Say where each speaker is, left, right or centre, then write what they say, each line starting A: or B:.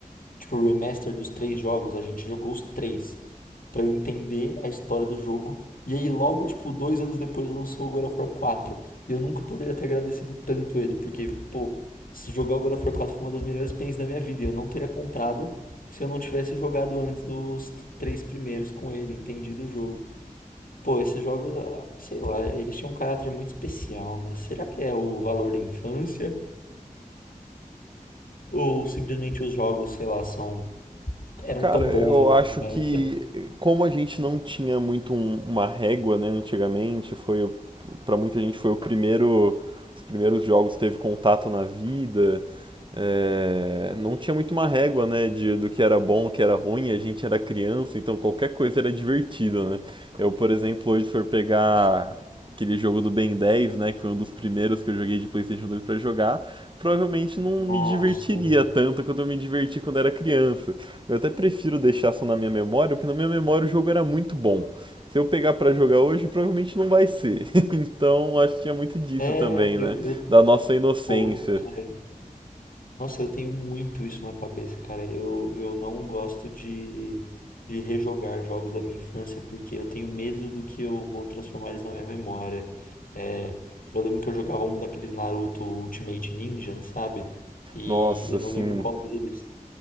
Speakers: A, on the left; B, on the right.
A: Tipo, o remaster dos três jogos, a gente jogou os três. Pra eu entender a história do jogo. E aí, logo, tipo, dois anos depois lançou o God of War quatro. E eu nunca poderia ter agradecido tanto ele, porque, pô, se jogar o God of War 4 foi uma das melhores pens da minha vida. E eu não teria comprado se eu não tivesse jogado antes os t- três primeiros com ele, entendido o jogo. Pô, esses jogos, ah, sei lá, eles tinham um caráter muito especial, né? Será que é o valor da infância? Ou simplesmente os jogos, sei lá, são. eram
B: Cara,
A: tão
B: eu
A: bons assim,
B: acho
A: cara?
B: que como a gente não tinha muito um- uma régua, né, antigamente, foi o, para muita gente foi o primeiro, os primeiros jogos que teve contato na vida, é, não tinha muito uma régua, né, de, do que era bom, o que era ruim, a gente era criança, então qualquer coisa era divertido, né? Eu, por exemplo, hoje se for pegar
A: Nossa,
B: aquele jogo do Ben dez né, que foi um dos primeiros que eu joguei de PlayStation 2 pra jogar, provavelmente não
A: nossa,
B: me divertiria
A: mano.
B: tanto quanto eu me diverti quando era criança. Eu até prefiro deixar só na minha memória, porque na minha memória o jogo era muito bom. Se eu pegar pra jogar hoje, provavelmente não vai ser. <laughs> Então, acho que tinha muito disso
A: É,
B: também,
A: eu,
B: né?
A: eu,
B: Da nossa inocência.
A: pô, cara, nossa, eu tenho muito isso na cabeça, cara. Eu, eu não gosto de, de rejogar jogos da minha infância porque eu tenho medo do que eu vou transformar eles na minha memória. É, eu lembro que eu jogava um daqueles Naruto Ultimate Ninja, sabe? E
B: Nossa,
A: eu
B: assim,
A: não lembro qual deles.